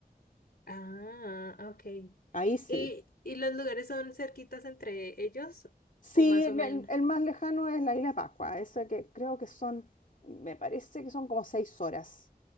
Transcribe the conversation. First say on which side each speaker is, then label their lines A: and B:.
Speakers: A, on the left; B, on the left.
A: Ah, ok.
B: Ahí sí.
A: ¿Y, y los lugares son cerquitas entre ellos?
B: Sí,
A: ¿O más
B: el,
A: o menos?
B: el- el más lejano es la isla de Pascua, eso que creo que son, me parece que son como seis horas